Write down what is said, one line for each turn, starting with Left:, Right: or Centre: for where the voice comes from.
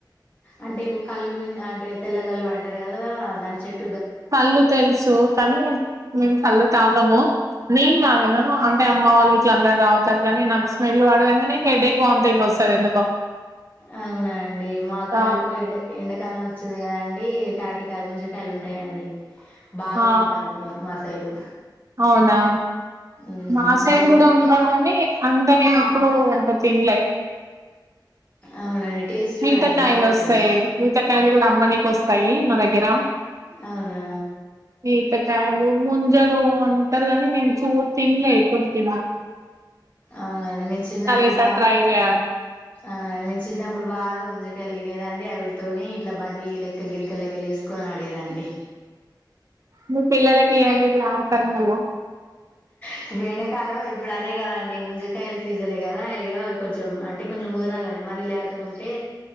Left: అంటే ఇప్పుడు కళ్ళు ను అంటే తెల్లగళ్ళు అంటారు కదా దాని చెట్
Right: కళ్ళు తెలుసు కానీ మేము కళ్ళు తాగము నేన్ తాగను అంటే అమ్మ వాళ్ళు ఇట్ల అందరు తా దగనీ నాకు స్మెల్ పడదంగానే హెడ్డేక్ వాథింగ్ వస్తుంది ఎందుకో
Left: అవున అండి మా కాడ
Right: ఆ
Left: ఇప్పుడు ఎండ ఎండ కాలం వచ్చింది కదా అండి తాటికాయలు ముంజకాయలు ఉంటాయండి బాగా
Right: ఆ
Left: తింటాం మా సైడు
Right: అవునా
Left: ఉమ్,
Right: మా సైడ్
Left: అవి మా
Right: కూడా ఉంటావు కాని అంట నేను
Left: ఆ,
Right: ఎప్పుడ అంత తి లై
Left: అవునండి టేస్ట్ చూడండి
Right: ఈతకాయలు
Left: బాగుంటది
Right: వస్తాయి ఈతకాయలు కూడా అమ్మనీక వస్తాయి మా దగ్గర
Left: అవునా
Right: ఈతకాయలు ముంజలు కొంటరు గాని నేను చూ తినలే ఎప్పుడు తినాలి
Left: అవునాండి మేము చిన్నప్పుడు
Right: ఈసారి
Left: బా
Right: ట్రై చేయాలి
Left: అవునాండి మేము చిన్నప్పుడు బాగా ముంజకాయల్ తినేదండి అవిటితోని ఇట్లా బండి లెక్క గిరికెల లెక్క చేసుకుని ఆడేదండి
Right: మీ పిల్లలకి ఇయండి ఇప్పుడు ఆడతార మళ్ళా
Left: ఇప్పుడు ఎండకాలం ఇప్పుడు అదే కదా అండి ముంజకాయల సీజన్ కదా ఇగ కొంచెం అంటే కొంచెం ముదురల దండి మరి లేతగుంటే